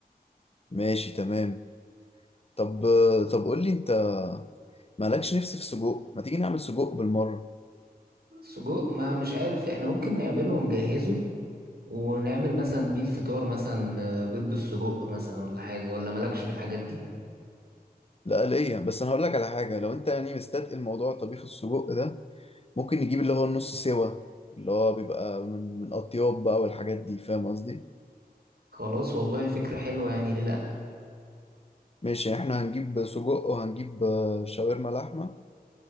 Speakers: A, on the left (about 40°); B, on the right (about 75°).
A: ماشي تمام طب طب قول لي انت مالكش نفس في سجق ما تيجي نعمل سجق بالمرة
B: سجق ما مش عارف احنا ممكن نعمله ونجهزه ونعمل مثلا بيه الفطار مثلا آه، بيض بالسجق مثلا ولا حاجة ولا مالكش في الحاجات دي
A: لا ليا بس انا هقول لك على حاجة لو انت يعني مستثقل الموضوع طبيخ السجق ده ممكن نجيب اللي هو النص سوا اللي هو بيبقى من من اطياب بقى والحاجات دي فاهم قصدي
B: خلاص والله فكرة حلوة يعني ليه لأ
A: ماشي احنا هنجيب سجق وهنجيب آه، شاورما لحمة